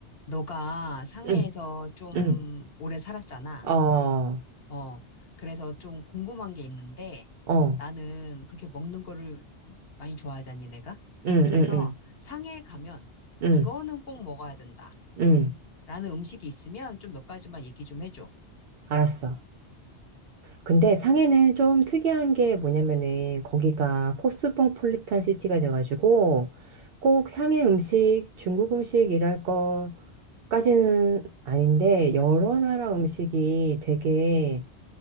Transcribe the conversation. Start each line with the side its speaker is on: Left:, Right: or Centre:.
Left: 너가 상해에서
Right: 응,
Left: 좀
Right: 응,
Left: 오래 살았잖아.
Right: 어, 어,
Left: 어, 그래서 좀 궁금한 게 있는데
Right: 응,
Left: 나는 그렇게 먹는 거를 많이 좋아하잖니, 내가.
Right: 응,
Left: 그래서
Right: 응,
Left: 상해에 가면
Right: 응,
Left: 이거는 꼭 먹어야 된다.
Right: 응,
Left: 라는 음식이 있으면 좀 몇 가지만 얘기 좀 해줘.
Right: 알았어. 근데 상해는 좀 특이한 게 뭐냐면은 거기가 코스모폴리탄 시티가 돼가지고 꼭 상해 음식, 중국 음식 이랄 거까지는 아닌데 여러 나라 음식이 되게